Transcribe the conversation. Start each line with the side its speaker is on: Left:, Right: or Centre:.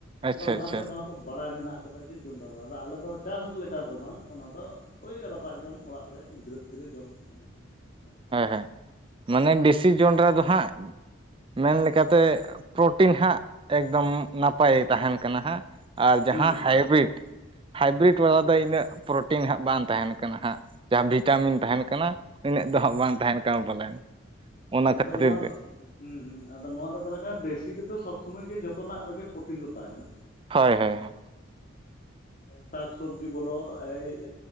Right: ᱟᱪᱪᱷᱟ
Left: ᱟᱫᱚ ᱚᱱᱟ
Right: ᱟᱪᱪᱷᱟ
Left: ᱛᱮ ᱵᱟᱲᱟᱭ ᱢᱮᱱᱟᱜ ᱠᱟᱫᱟ ᱡᱮ ᱡᱚᱸᱰᱨᱟ ᱟᱞᱮ ᱫᱚ ᱪᱟᱥ ᱞᱮᱠᱟ ᱫᱚ ᱵᱟᱝ ᱚᱱᱟ ᱫᱚ ᱳᱭ ᱨᱟᱯᱟᱜ ᱡᱚᱢ ᱚᱲᱟᱜ ᱨᱮ ᱜᱤᱫᱽᱨᱟᱹ ᱯᱤᱫᱽᱨᱟᱹ ᱡᱚᱢ <inaudible> ᱱᱚᱝᱠᱟ ᱢᱮᱱᱛᱮ ᱟᱨᱠᱤ <inaudible>
Right: ᱦᱮᱸ ᱢᱟᱱᱮ ᱵᱮᱥᱤ ᱡᱚᱱᱰᱨᱟ ᱫᱚ ᱦᱟᱸᱜ ᱢᱮᱱ ᱞᱮᱠᱟ ᱛᱮ ᱯᱨᱳᱚᱴᱤᱱ ᱦᱟᱸᱜ ᱮᱠᱫᱚᱢ ᱱᱟᱯᱟᱭ ᱛᱟᱦᱮᱸᱱ ᱠᱟᱱᱟ ᱦᱟᱸᱜ ᱾ ᱟᱨ ᱡᱟᱦᱟᱸ
Left: ᱦᱩᱸ
Right: ᱦᱟᱭ ᱵᱤᱨᱤᱴ ᱦᱟᱭ
Left: ᱦᱩᱸ
Right: ᱵᱤᱨᱤᱴ ᱵᱟᱞᱟ ᱫᱚ ᱤᱱᱟᱹᱜ ᱯᱨᱚᱴᱤᱱ ᱦᱟᱸᱜ ᱵᱟᱝ ᱛᱟᱦᱮᱸᱱ ᱠᱟᱱᱟ ᱦᱟᱸᱜ᱾ ᱡᱟᱦᱟᱸ ᱵᱷᱤᱴᱟ
Left: ᱦᱩᱸ
Right: ᱢᱤᱱ ᱛᱟᱦᱮᱸᱱ ᱠᱟᱱᱟ ᱩᱱᱟᱹᱜ ᱫᱚ ᱦᱟᱸᱜ ᱵᱟᱝ ᱛᱟᱦᱮᱸᱱ ᱠᱟᱱᱟ ᱯᱟᱞᱮᱱ᱾
Left: ᱦᱮᱸ
Right: ᱚᱱᱟ
Left: ᱟᱫᱚ
Right: ᱠᱷᱟᱹᱛᱤᱨ
Left: ᱱᱚᱣᱟ
Right: ᱜᱮ
Left: ᱫᱚ ᱦᱮᱸ ᱟᱫᱚ ᱱᱚᱣᱟ ᱫᱚ ᱛᱟᱦᱮᱸ ᱠᱷᱟᱱ ᱫᱮ ᱥᱤ ᱨᱮ ᱫᱚ ᱥᱚᱵᱽ ᱥᱚᱢᱚᱭ ᱜᱮ ᱡᱷᱚᱛᱚ ᱱᱟᱜ ᱨᱮᱜᱮ ᱯᱨᱳᱚᱴᱤᱱ ᱫᱚ ᱛᱟᱦᱮᱸᱱᱟ᱾
Right: ᱦᱳᱭ ᱦᱳᱭ ᱾
Left: ᱥᱟᱠ ᱥᱚᱵᱡᱤ ᱠᱚ ᱞᱚ ᱮᱭ